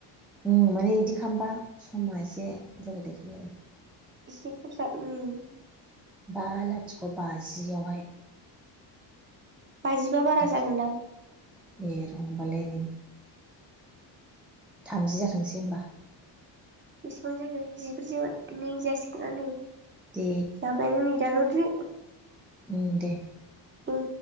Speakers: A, in the centre; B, on the right (about 25°).
A: उम माने इदि खालामबा समा एसे बुरजा देखायो आरो।
B: एसे बुरजा उम।
A: बा लाथिख' बाजियावहाय।
B: बाजिबा बारा
A: दानसै
B: जागोनदां?
A: ए र' होमबालाय नै थामजि जाथोंसै होमबा।
B: बेसेबां जाखो जिब्रै जाबाय नै जासिगोना नो
A: दे
B: जाबायनो नै जामुट्रि
A: अम दे
B: अम